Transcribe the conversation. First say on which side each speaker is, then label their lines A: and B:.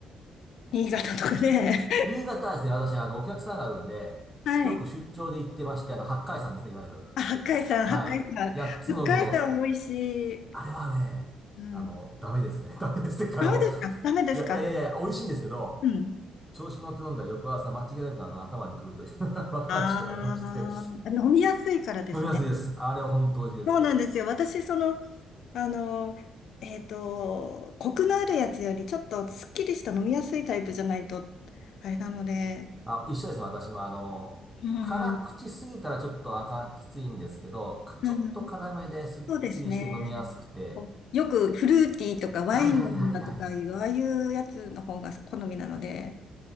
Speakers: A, on the left; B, in the centre.
A: 新潟とかね。
B: 新潟はですね、私、あの、お客さんがあるんで、
A: <laughs> はい。
B: よく出張で行ってまして、あの、八海山ですね、いわゆる。
A: あ、八海山、
B: はい。
A: 八海山。
B: 八つの海の、
A: 八海山美味しい。
B: あれはね、
A: うん。
B: あの、ダメですね。<laughs> ダメですっていうか、
A: ダメですかダメですか
B: あの、いや、いやいやいや、美味しいんですけど、
A: うん。
B: 調子に乗って飲んだら翌朝、間違いなくあの、頭に来るというのが <laughs> 若かりしくなりまして、
A: ああ、飲みやすいからですね。
B: 飲みやすいです。あれは本当美味しいです。
A: そうなんですよ。私、その、あの、えっと、コクのあるやつより、ちょっとすっきりした飲みやすいタイプじゃないと、あれなので、
B: あ、一緒ですね、私は。あの、
A: うん。
B: 辛口すぎたらちょっと赤きついんですけど、かちょっと辛めですっきりして飲みやすくて。
A: うんうん、そうですね。こうよくフルーティーとかワインのものとかいう、
B: はいはいはいはいはい。
A: ああいうやつの方が好みなので、